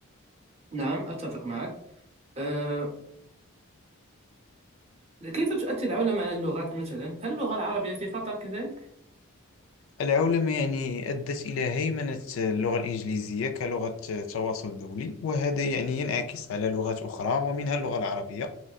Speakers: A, on the right; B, on the left.
A: نعم أتفق معك أه كيف تؤثر العولمة على اللغات مثلا؟ هل اللغة العربية في خطر كذلك؟
B: العولمة يعني أدت إلى هيمنة اللغة الإنجليزية كلغة تواصل دولي وهذا يعني ينعكس على لغات أخرى ومنها اللغة العربية